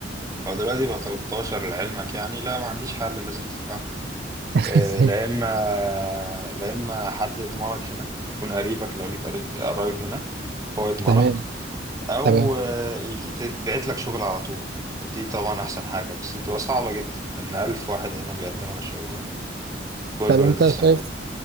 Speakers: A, on the right (about 20°); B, on the right (about 55°).
A: هو دلوقتي بقى 13 لعلمك يعني لا ما عنديش حل لازم تدفع
B: <laughs>
A: آه، لا اما لا اما حد يضمنك هنا يكون قريبك لو ليك قريب قرايب هنا هو يضمنك
B: تمام
A: او
B: تمام
A: آه، ي- تتبعت لك شغل على طول ودي طبعا احسن حاجه بس بتبقى صعبه جدا لان الف واحد هنا بيقدم على شغل يعني جوه
B: طب
A: البلد
B: أنت
A: نفسها
B: شايف